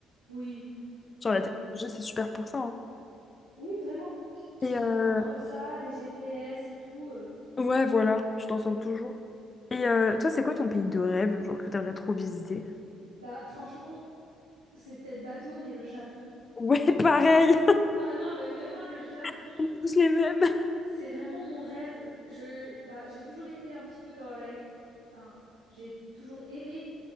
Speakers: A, on the right; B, on the left.
A: Oui,
B: Sur
A: oui,
B: la
A: oui.
B: technologie, c'est super pour ça. hein.
A: Oui, vraiment.
B: Et euh,
A: Entre ça, les GPS et tout, euh,
B: ouais, voilà, tu t'en sors toujours. Et euh, toi, c'est quoi ton pays de rêve, genre que t'aimerais trop visiter?
A: Bah, franchement, c'est peut-être bateau, mais le Japon.
B: Ouais, <laughs> pareil!
A: Ah non, mais vraiment, le Japon,
B: <laughs> On est tous les mêmes!
A: c'est vraiment mon rêve. Je, bah, j'ai toujours été un petit peu dans la... Enfin, j'ai toujours aimé